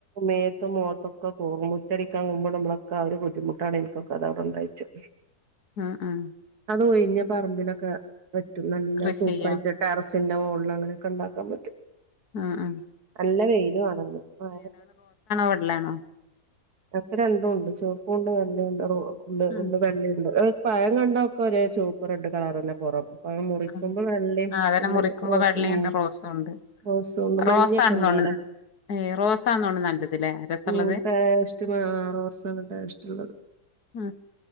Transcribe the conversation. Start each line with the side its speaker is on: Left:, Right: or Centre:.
Right: നേരത്തെ മുഖത്തൊക്കെ കേറും മുറ്റടിക്കാൻ പൊകുമ്പോ നമ്മളൊക്കെ ആ ഒരു- ബുദ്ധിമുട്ടാണ് എനിക്കൊക്കെ അത അവിടെ ഉണ്ടായിച്ചു
Left: ആഹ് ആഹ്
Right: ഒഴിഞ്ഞ പറമ്പിലോക്കെ നല്ല
Left: കൃഷി
Right: സൂപ്പറായിട്ട്
Left: ചെയ്യാ
Right: ടെറ - മച്ചിന്റ മോളിൽ അങ്ങനെക്കെ ഉണ്ടാക്കാൻ പറ്റും
Left: ആഹ് ആഹ്
Right: നല്ല വെയിലും ആണ് ആ
Left: വെള്ളയാണോ
Right: ആക്കെ രണ്ടും ഉണ്ട് ചോപ്പും ഉണ്ട് ണ്ട് ഉണ്ട്
Left: ഉം
Right: ഉണ്ട് വെള്ളണ്ട് പഴം കണ്ട ഒക്കെ ഒരേ ചൂപ്പ് റെഡ് കളർന്നെ പുറം നമ്മള് മുറിക്കുമ്പോ
Left: ഉം
Right: വെള്ളയും
Left: ആ അതന്നെ
Right: ഉള്ളില്
Left: മുറിക്കുമ്പോ
Right: റോസ്
Left: വെള്ളയുണ്ട്
Right: ഉം
Left: റോസും ഉണ്ട്
Right: റോസ്ണ്ട്
Left: റോസാണെന്നോണ്
Right: മഞ്ഞൊക്കെ ഇണ്ടാവല്ല
Left: ഏ റോസാന്നോണ് നല്ലത്ല്ലേ രസമുള്ളത്
Right: ഉ ടഷ്ട ആറു മാസല്ല ടേസ്റ്റ്ള്ളത് <unintelligible>
Left: ഉം